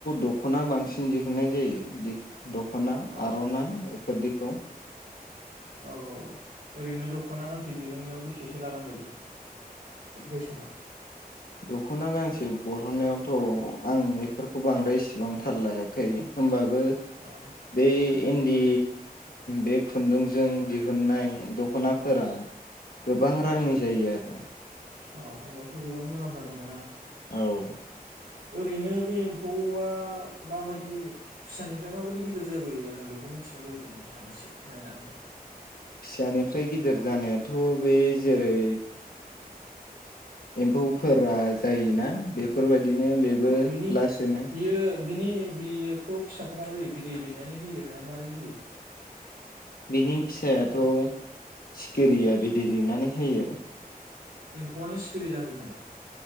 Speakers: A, on the left; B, on the right.
A: दख'ना बांसिन दिहुननाय जायो दखना
B: औ
A: आर'नाय <unintelligible>
B: औ ओरैनो दख'ना गांसे दिरुननायाव बेसेसो लागोन बायदि बेसेना
A: दख'ना गांसे बरननायावथ' आं बेफोरखौ बांद्राय इसेबां थाल लायाखै होमबाबो <unintelligible>
B: औ
A: बे इन्दि बे खुन्दुंजों दिहुननाय दख'नाफोरा गोबां रांनि जायो आरो
B: अ होमबाथ' गोबां मुलाम्फा दङ ना
A: औ
B: ओरैनो बे एम्फौआ माबायदि फिसानिफ्राय माबायदि गिदिर जाबोयो आं बेखौ मिथिनो लुबैदोंमोन नोंथां एसे फोरमायनो हागोन नामा
A: फिसानिफ्राय गिदिर जानायाथ' बे जेरै एम्फौफोरा जायोना बेफोरबायदि बिदिनो बेबो
B: औ बिनि
A: लासैनो
B: बियो बिनि बियोखौ फिसाखौ माबोरै बिदै दैनानै होयो ना माबोरै होयो
A: बिनि फिसायाथ' सिखिरिया बिदै दैनानै होयो
B: एम्फौआनो सिखिरि जाहैयो नामा